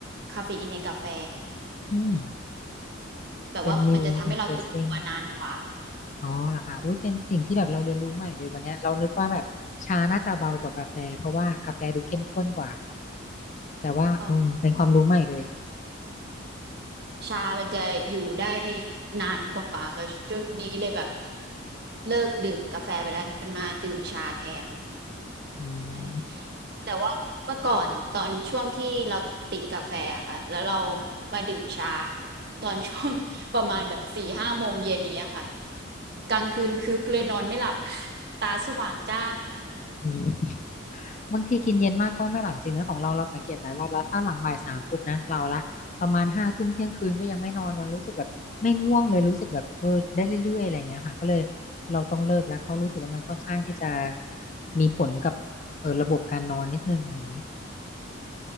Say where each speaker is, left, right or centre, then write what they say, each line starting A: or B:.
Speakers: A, on the right; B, on the left.
A: คาเฟอีนในกาแฟ
B: อืม
A: แบบว่ามันจะทำให้เราตื่นตัวนานกว่า
B: เป็น new interesting อ๋อเหรอคะอุ้ยเป็นสิ่งที่แบบเราเรียนรู้ใหม่เลยวันเนี้ยเรานึกว่าแบบชาน่าจะเบากว่ากาแฟเพราะว่ากาแฟดูเข้มข้นกว่าแต่ว่าอืมเป็นความรู้ใหม่เลย
A: อืม ชามันจะอยู่ได้นานกว่าค่ะช่วงนี้เลยแบบเลิกดื่มกาแฟไปแล้วก็มาดื่มชาแทน
B: อืม
A: ใช่แต่ว่าเมื่อก่อนตอนช่วงที่เราติดกาแฟอะค่ะแล้วเรามาดื่มชาตอนช่วง <laughs> ประมาณแบบสี่ห้าโมงเย็นนี้ยค่ะกลางคืนคึกเลยนอนไม่หลับ <laughs> ตาสว่างจ้า
B: อืมบางทีกินเย็นมากก็ไม่หลับจริงนะของเราเราสังเกตหลายรอบแล้วถ้าหลังบ่ายสามปุ๊บนะเราละประมาณห้าทุ่มเที่ยงคืนก็ยังไม่นอนมันรู้สึกแบบไม่ง่วงเลยรู้สึกแบบเออได้เรื่อยๆอะไรอย่างเงี้ยค่ะก็เลยเราต้องเลิกแล้วเพราะรู้สึกว่ามันค่อนข้างที่จะมีผลกับเออระบบการนอนนิดนึงอะไรอย่างนี้